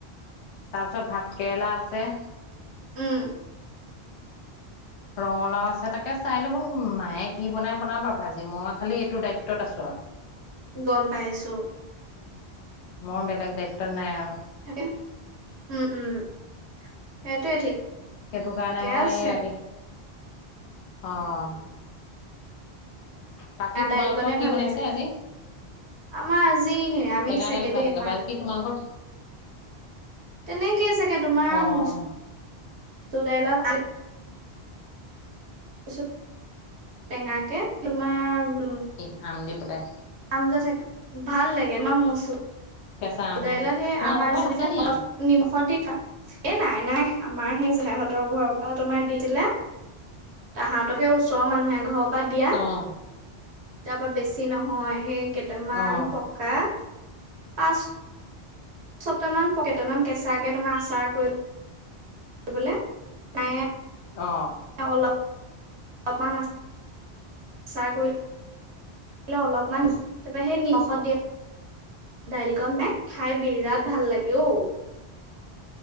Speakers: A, on the left; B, on the right.
A: তাৰপিছত ভাতকেৰেলা আছে।
B: উম
A: ৰঙলাও আছে তাকে চাই ল'ব, মায়ে বনাই বনাব ভাজি মই খালি এইটো দায়িত্বত আছো আও।
B: গম পাইছোঁ।
A: মই বেলেগ দ্বায়িত্বত নাই আৰু।
B: তাকে, উম', উম', সেইটোয়ে ঠিক।
A: সেইটো কাৰণে
B: ঠিকে
A: মই
B: আছে
A: আজি অঁ। বাকী
B: চানা দাইলকণে
A: তোমালোকৰ কি
B: ভাল
A: বনাইছে
B: লাগে।
A: আজি
B: আমাৰ আজি নিৰামিষ
A: টেঙা
B: চাগে
A: দাইল
B: দেই মা।
A: বাকী তোমালোকৰ-
B: তেনেকে চাগে তোমাৰ
A: অ',
B: মচুৰ দাইলত- কচুত টেঙাকে তোমাৰ-
A: সান্দি পেলাই।
B: আঞ্জা থাকে ভাল লাগে ন, মচুৰ
A: কেঁচা আম
B: দাইলত সেই
A: তোমালোকৰ
B: আমাৰ
A: ঘৰত
B: যেনিবা-
A: আছে নি আম?
B: নিমখত দি থ, এ নাই নাই আমাৰ সেই জাঠাইহঁতৰ ঘৰৰ পৰা তোমাৰ দিছিলে- তাহাঁতক সেই ওচৰৰ মানুহ এঘৰ- পা দিয়া
A: অ',
B: তাপা বেছি নহয় সেই কেইটামান
A: অ',
B: পক- <unintelligible> ছটা মান, প-কেইটামান কেঁচাকে তোমাৰ আচাৰ কৰি <unintelligible>
A: অ,
B: এই অলপ <unintelligible> অলপমান, তাৰপৰা সেই নিমখত দি দাইল খনহে, খাই বিৰাট ভাল লাগে অ,